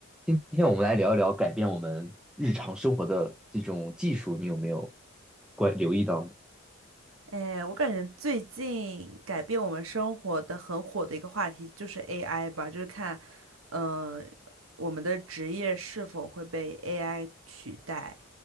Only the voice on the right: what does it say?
哎，我感觉最近改变我们生活的很火的一个话题就是 AI 吧，就是看，嗯，我们的职业是否会被 AI 取代。